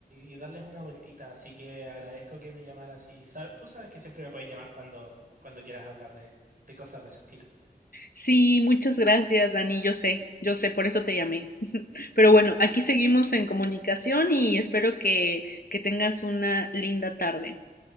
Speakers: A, on the right; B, on the left.
A: y darles una vueltita, así que agradezco que me llamaras y sa- tú sabes que siempre me puedes llamar cuando, cuando quieras hablar de, de cosas de ese estilo.
B: Sí, muchas gracias, Dani, yo sé, yo sé, por eso te llamé. Pero bueno, aquí seguimos en comunicación y espero que, que tengas una linda tarde.